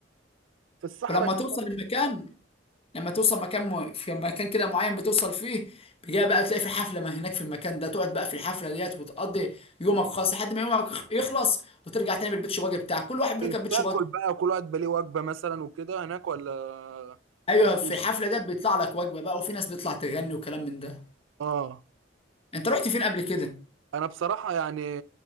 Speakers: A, on the right; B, on the left.
A: في الصحراء
B: ولما
A: كده
B: توصل المكان لما توصل مكان م... في مكان كده معين بتوصل فيه بيجي بقى تلاقي في حفله ما هناك في المكان ده تقعد بقى في الحفله ديت وتقضي يومك خالص لحد ما يومك يخلص وترجع تاني بالبيت شواجه بتاعك كل واحد بيركب
A: بتاكل
B: بيت شواجه
A: بقى كل واحد بليه وجبة مثلا وكده هناك ولا
B: ايوه
A: مفيش
B: في الحفله ده بيطلع لك وجبه بقى وفي ناس بتطلع تغني وكلام من ده
A: اه
B: انت رحت فين قبل كده
A: انا بصراحة يعني